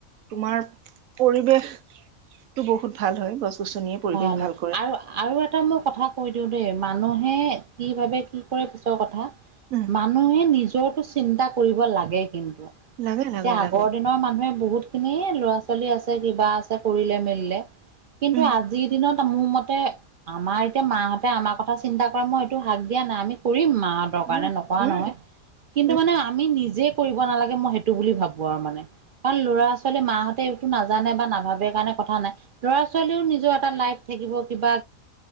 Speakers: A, on the right; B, on the right.
A: তোমাৰ পৰিৱেশটো বহুত ভাল হয় গছ গছনিয়ে পৰিৱেশ
B: ভাল
A: কৰে
B: আৰু- আৰু এটা এটা মই কথা কৈ দিওঁ দেই, মানুহে কি ভাবে কি কৰে পিছৰ কথা
A: উম
B: মানুহে নিজৰটো চিন্তা কৰিব লাগে কিন্তু,
A: লাগে লাগে
B: এতিয়া
A: লাগে
B: আগৰ দিনৰ মানুহে বহুত খিনি ল'ৰা -ছোৱালী আছে, কিবা আছে কৰিলে মেলিলে কিন্তু
A: উম
B: আজি আজিৰ দিনত মোৰ মতে আমাৰ এতিয়া মাহঁতে আমাৰ কথা চিন্তা কৰে মই সেইটো হাক দিয়া নাই আমি কৰিম। মাহ দৰকাৰ
A: উম
B: নাই নকৰা
A: উম
B: নহয় কিন্তু,
A: উম
B: মানে আমি নিজ নিজে কৰিব নালাগে মই সেইটো বুলি ভাবো আৰু মানে। কাৰণ ল'ৰা -ছোৱালীয়ে মাহঁতে এইটো নাজানে বা নাভাবে কাৰণে কথা নাই ল'ৰা ছোৱালীও নিজৰ এটা লাইফ থাকিব কিবা।